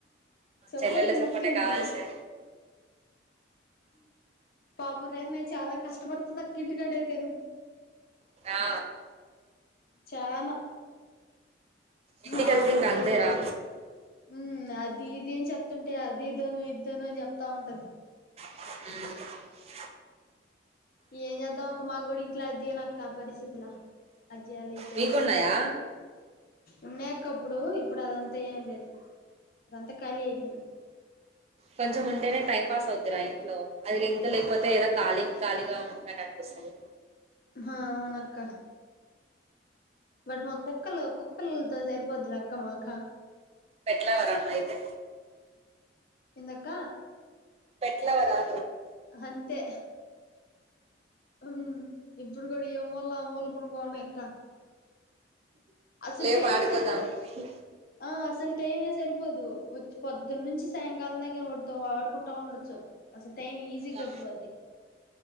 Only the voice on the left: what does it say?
సపోటి
ముఖ్యం బిఘలు
పాప ఉదయానే చాలా కష్టపడుతుంది అక్క ఇంటికాడ అయితేను
చానా
ఆ బర్లు
ఉమ్ అది దీది అని చెప్తుంటే అది ఇద్దను ఇద్దను అని చెప్తా ఉంటుంది
ఏం చేద్దాం అక్క మా కూడా ఇంట్లో అదేనక్క పరిస్థితిలా అజ్ చేయాల ఇజ్ చేయాల
ఉన్నాకప్పుడు ఇప్పుడు అదం తా ఏం లేదు ఇప్పుడంతా ఖాళీ అయిపోయినాం
హా అవునక్క బట్ మా కుక్కల కుక్క పిల్లతో సరిపోద్ది లే అక్క మాకు
ఎందక్క
అంతే ఉం ఇప్పుడు కూడా ఏ మొలా ఆ మూలా పనుకోనాయి అక్క అసలు
టైమ్
ఎ సరిపో ఆ అసలు టైం ఏ సరిపోదు వాచ్ పొద్దున్న నుంచి సాయంకాలాం <unintelligible> ఆడుకుంటా ఉండొచ్చు అసలు టైం ఈజీ
గడిచిపోద్ది